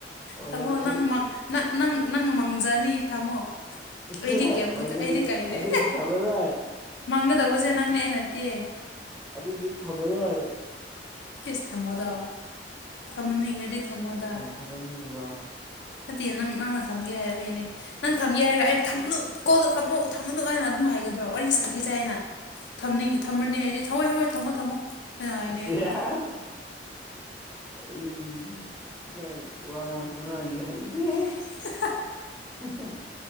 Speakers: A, in the centre; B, on the left.
A: ꯍꯣꯔꯦꯟ
B: ꯊꯥꯃꯣ
A: ꯑꯩ
B: ꯅꯪꯪ ꯃꯥꯡ ꯅꯪ ꯅꯪ ꯅꯪ ꯃꯥꯡꯖꯅꯤ ꯊꯥꯃꯣ
A: ꯆꯦ
B: ꯑꯩꯗꯤ ꯀꯩꯝꯇ
A: ꯃꯪꯖꯔꯤ
B: ꯑꯩꯗꯤ ꯀꯥꯏꯗꯦ
A: ꯑꯗꯨꯗꯤ ꯊꯝꯃꯔꯣꯏ
B: ꯃꯥꯡꯒꯗꯧꯕꯁꯦ ꯅꯪꯅꯦ ꯑꯩ ꯅꯠꯇꯦ
A: ꯑꯗꯨꯗꯤ ꯊꯝꯃꯔꯣꯏ
B: ꯏꯁ ꯊꯝꯃꯣꯗꯣ ꯊꯝꯅꯤꯡꯉꯗꯤ ꯊꯝꯃꯣꯗ
A: ꯊꯝꯍꯟꯅꯤꯡꯕꯔ‌ꯣ
B: ꯅꯠꯇꯦ ꯅꯪ ꯅꯪꯅ ꯊꯝꯒꯦ ꯍꯥꯏꯕꯩꯅꯦ ꯅꯪ ꯊꯝꯒꯦ ꯍꯥꯏꯔꯒ ꯑꯩꯅ ꯊꯝꯅꯨ ꯀꯣꯜꯗ‌ꯣ ꯊꯝꯃꯨ ꯊꯝꯃꯨꯅꯨ ꯍꯥꯏꯅ ꯑꯗꯨꯝ ꯍꯥꯏꯒꯗ꯭ꯔꯣ ꯋꯥꯔꯤ ꯁꯥꯈꯤꯁꯦ ꯍꯥꯏꯅ ꯊꯝꯅꯤꯡ ꯊꯝꯃꯅꯤ ꯍꯥꯏꯗꯤ ꯊ ꯍ‌ꯣꯏ ꯍꯣꯏ ꯊꯝꯃꯣ ꯊꯝꯃꯣ ꯍꯥꯏꯅ ꯍꯥꯏꯅꯤ
A: ꯁꯤꯌꯥ
B: ꯑꯩꯁꯨ
A: <unintelligible> ꯑꯩ ꯅꯪ ꯋꯥꯉꯥꯡ ꯈꯨꯉꯥꯡꯗꯤ ꯍꯩꯈ꯭ꯔꯦꯍꯦ
B: <unintelligible>
A: ꯍꯥꯍꯥ